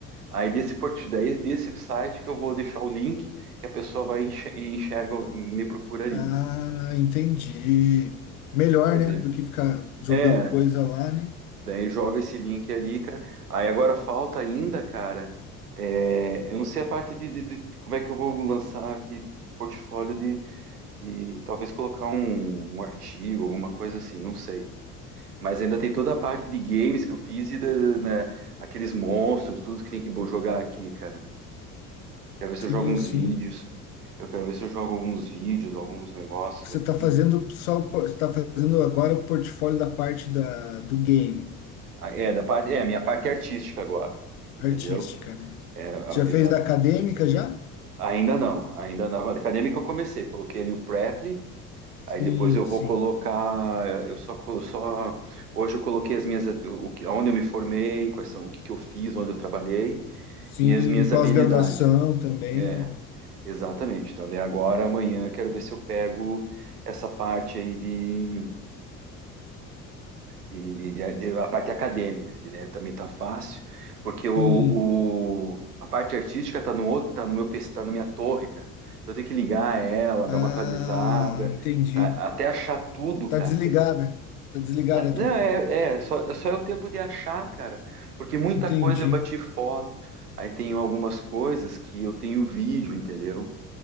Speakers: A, on the right; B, on the left.
A: Aí desse porti- daí desse site que eu vou deixar o link que a pessoa vai enxer- e enxerga, me procura ali.
B: Ah, entendi. Melhor,
A: entendeu?
B: né, do que ficar jogando
A: É,
B: coisa lá, né?
A: daí joga esse link ali, cara. Aí agora falta ainda, cara. é, eu não sei a parte de, de- de- como é que eu vou lançar aqui portfólio de, de talvez colocar um, um artigo, alguma coisa assim, não sei. Mas ainda tem toda a parte de games que eu fiz e da- né, aqueles monstros, tudo que tem que bo- jogar aqui, cara. Quero ver se
B: Sim,
A: eu jogo uns
B: sim.
A: vídeos. Eu quero ver se eu jogo alguns vídeos, alguns negócios
B: Você
A: aqui.
B: tá fazendo só, o por- você tá fazendo agora o portfólio da parte da, do game,
A: Ah, É, da parte, é, a minha parte artística agora, entendeu?
B: artística, né?
A: É, é,
B: Você Já fez
A: exato.
B: da acadêmica já?
A: Ainda não, ainda não. A Acadêmica eu comecei, coloquei ali o Preply,
B: Sim,
A: aí depois eu vou
B: sim.
A: colocar, eu só, colo- só hoje eu coloquei as minhas, o que, onde eu me formei, quais são, o que que eu fiz, onde eu trabalhei
B: Sim,
A: e as minhas
B: pós-graduação
A: habilidades.
B: também,
A: É.
B: né?
A: Exatamente. Então, daí agora, amanhã, quero ver se eu pego essa parte aí de, de- de- de- de- a parte acadêmica, que daí também tá fácil, porque o,
B: Sim.
A: o- a parte artística tá no outro, tá no meu PC, tá na minha torre, cara. Eu tenho que ligar ela,
B: Ah,
A: dar uma atualizada,
B: entendi.
A: tá? até achar tudo,
B: Tá
A: cara.
B: desligada.
A: que ele-
B: Tá desligada
A: É,
B: a torre.
A: Não, é, é, só, só é o tempo de achar, cara, porque muita
B: Entendi.
A: coisa eu bati foto, aí tenho algumas coisas que eu tenho vídeo, entendeu?